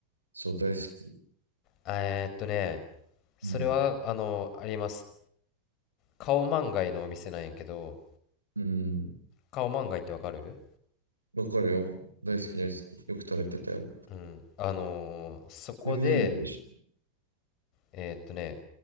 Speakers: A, on the right; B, on the left.
A: そう、大好き。
B: あえーっとね、それは、
A: うん。
B: あの、あります。カオマンガイのお店なんやけど、
A: うん。
B: カオマンガイってわかる
A: わかるよ。大好き、大好き。よく食べてたよ。
B: うん。あのーそこで、
A: で、何行くでし
B: えーっとね、